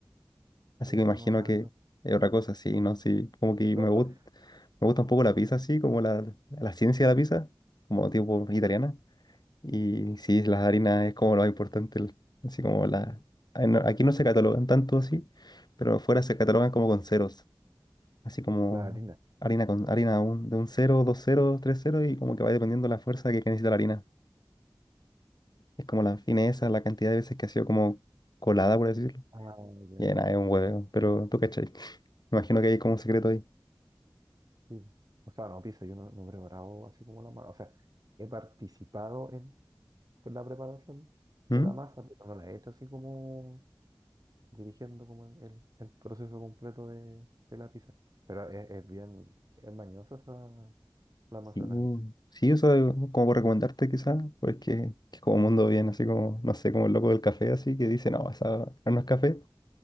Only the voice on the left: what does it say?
Así
que imagino
que es otra cosa, sí, ¿no? Sí, como que
me gusta, me gusta un poco la pizza, así, como la, la ciencia de la pizza, como tipo italiana. Y sí, las harinas es como lo más importante, el- así como la... ay, no, Aquí no se catalogan tanto así, pero afuera se catalogan como con ceros así como
harina con harina un- de un cero dos 0, 3 0 y como que va dependiendo la fuerza que, que necesita la harina. Es como la fineza, la cantidad de veces que ha sido como colada, por decirlo.
Y nada, es un hueveo, pero tú cachai. <laughs> Me imagino que hay como un secreto ahí.
¿Mm?
Sí,
sí, eso como por recomendarte quizás, porque es como un mundo bien, así como, no sé, como el loco del café, así que dice, no, esa no es café.